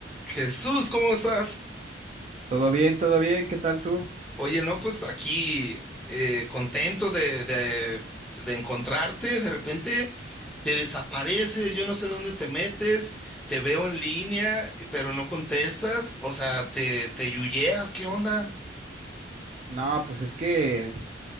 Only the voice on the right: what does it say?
Todo bien, todo bien, ¿qué tal tú?
No, pues es que,